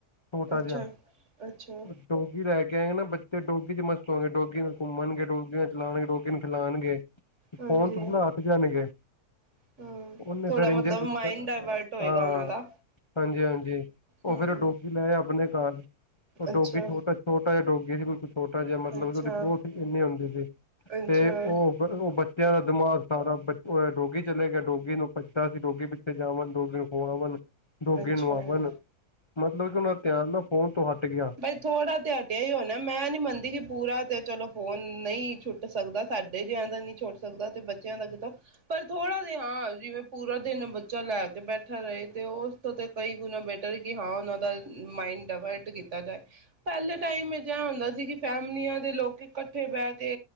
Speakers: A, on the left; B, on the right.
A: ਛੋਟਾ
B: ਅੱਛਾ
A: ਜੇਆ।
B: ਅੱਛਾ
A: ਓ ਡੋਗੀ ਰੈ ਕੈ ਨਾ ਬੱਚੇ ਡੋਗੀ ਚ ਮਸਤ ਹੋਂਗੇ, ਡੋਗੀ ਨਾਲ ਘੁੰਮਣਗੇ, ਡੋਗ ਨਾਲ ਚਲਾਣਗੇ, ਡੋਗੀ ਨੂੰ ਖਿਲਾਣਗੇ। ਫੋਨ
B: ਹਾਂਜੀ
A: ਤੋਂ ਨਾ ਅੱਕ ਜਾਣਗੇ।
B: ਹਮ
A: ਓਹਨੇ
B: ਥੋੜਾ
A: ਫਿਰ ਇੰਜ
B: ਮਤਲਬ
A: ਈ ਕੀਤਾ।
B: ਮਾਇੰਡ ਡਾਇਵਰਟ ਹੋਏਗਾ
A: ਹਾਂ,
B: ਉਹਨਾਂ ਦਾ
A: ਹਾਂਜੀ-ਹਾਂਜੀ ਜੀ ਉਹ
B: ਹਮ
A: ਫੇਰ ਡੋਗੀ ਲੈ ਆਯਾ ਆਪਣੇ ਕਰ, ਉਹ
B: ਅੱਛਾ
A: ਡੋਗੀ ਛੋਟਾ ਛੋਟਾ ਜਿਹਾ ਡੋਗੀ ਸੀ ਬਿਲਕੁਲ ਛੋਟਾ ਜਿਹਾ ਮਤਲਬ
B: ਅੱਛਾ
A: ੳਹਦੀ ਪੂੰਛ ਵੀ ੲਹਨੀ ਹੁੰਦੀ ਸੀ
B: ਅੱਛਾ
A: ਤੇ ਉਹ ਫੇਰ ਉਹ ਬ- ਬੱਚਿਆਂ ਦਾ ਦਿਮਾਗ ਸਾਰਾ ਬ ਡੋਗੀ ਚਲੇ ਗਿਆ, ਡੋਗੀ ਨੂੰ ਪੱਜਦਾ ਸੀ ਡੋਰੀ ਪਿੱਛੇ ਜਾਵਾਣ ਡੋਗੀ ਨੂੰ ਖਵਾਵਣ ਡੋਗੀ
B: ਅੱਛਾ
A: ਨੂੰ ਆਪ ਵੱਨ ਮਤਲਬ ਕਿ ਉੰਨਾ ਦਾ ਧਿਆਨ ਨਾ ਫੋਨ ਤੋਂ ਹਟ ਗਿਆ
B: ਬਈ ਥੋੜਾ ਤੇਹਾਟਿਆ ਹੀ ਹੋਣਾ ਮੈਂ ਨੀ ਮੰਨਦੀ ਕਿ ਪੂਰਾ ਤੇ ਚਲੋ ਫੋਨ ਨਹੀਂ ਛੁੱਟ ਸਕਦਾ ਸਾਡੇ ਜਿਆਂ ਦਾ ਨਹੀਂ ਛੁੱਟ ਸਕਦਾ ਤੇ ਬੱਚਿਆਂ ਦਾ ਕਿਥੋਂ ਪਰ ਥੋੜ੍ਹਾ ਜ ਹਾਂ ਜਿਵੇਂ ਪੂਰਾ ਦਿਨ ਬੱਚਾ ਲੈ ਕੇ ਬੈਠਾ ਰਹੇ ਤੇ ਉਸ ਤੋਂ ਤੇ ਕਈ ਗੁਣਾ ਬੈਟਰ ਕਿ ਹਾਂ ਉਹਨਾਂ ਦਾ ਮਾਇਡ ਡਾਇਵਰਟ ਕੀਤਾ ਪਹਿਲੇ ਟਾਈਮ ਵਿੱਚ ਇਹ ਹੁੰਦਾ ਸੀ ਕਿ ਫੈਮਲੀਆਂ ਦੇ ਲੋਕੀ ਕੱਠੇ ਬਹਿ ਕੇ